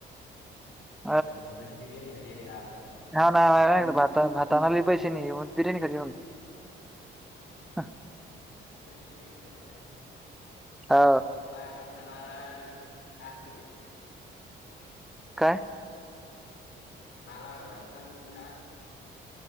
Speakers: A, in the centre; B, on the left.
A: ''हं''
B: हिकडं जीवनाची बिर्याणीचाेले का आपल्या.
A: ह ना
B: हा
A: भात भाताना पैसे नाही मग बिर्याणी कर. हा,
B: जवची बिर्याणी झाली नाही
A: हा
B: का, करणारा काय असतं ते.
A: काय.
B: बाला घटकन काय असतते?